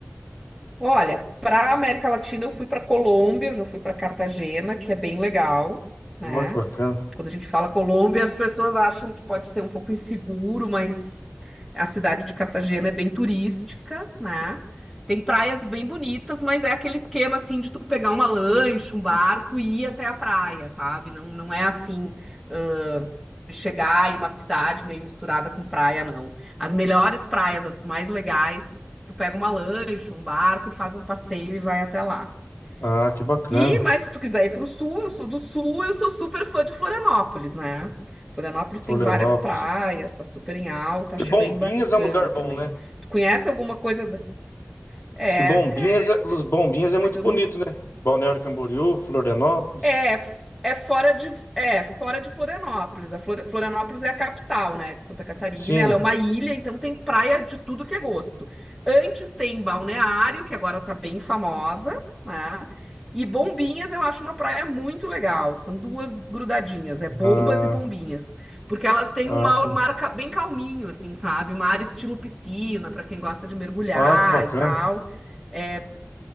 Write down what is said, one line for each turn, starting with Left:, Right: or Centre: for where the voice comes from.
Centre: Olha, para América Latina eu fui para Colômbia, eu já fui para Cartagena, que é bem legal, né?
Left: Olha que bacana.
Centre: Quando a gente fala Colômbia, as pessoas acham que pode ser um pouco inseguro, mas a cidade de Cartagena é bem turística, né? Tem praias bem bonitas, mas é aquele esquema assim de tu pegar uma lancha, um barco e ir até a praia, sabe? Não, não é assim, ãh, de chegar em uma cidade meio misturada com praia, não. As melhores praias, as mais legais Tu pega uma lancha, um barco e faz um passeio e vai até lá.
Left: Ah, que bacana.
Centre: E, mas se tu quiser ir pro sul, eu sou do sul, eu sou super fã de Florianópolis, né? Florianópolis
Left: Florianópolis.
Centre: tem várias praias, tá super em alta,
Left: Que
Centre: acho
Left: Bombinhas
Centre: bem bacana
Left: é um lugar
Centre: também.
Left: bom, né?
Centre: Tu conhece alguma coisa? da- É,
Left: Diz que Bombinhas
Centre: é,
Left: é, Los-
Centre: é.
Left: Bombinhas é muito
Centre: Mas eu
Left: bonito,
Centre: não
Left: né? Balneário Camboriú, Florianópolis.
Centre: É, f- é fora de, é fora de Florianópolis. A Flor- Florianópolis é a capital, né, de Santa Catarina.
Left: Sim.
Centre: Ela é uma ilha, então tem praia de tudo que é gosto. Antes tem Balneário, que agora tá bem famosa, né? E Bombinhas eu acho uma praia muito legal. São duas grudadinhas, é Bombas
Left: Ah,
Centre: e Bombinhas, porque elas têm
Left: ah,
Centre: um mar,
Left: sim.
Centre: mar ca- bem calminho, assim, sabe? Mar estilo piscina, para quem gosta de mergulhar
Left: Ah, que bacana.
Centre: e tal. É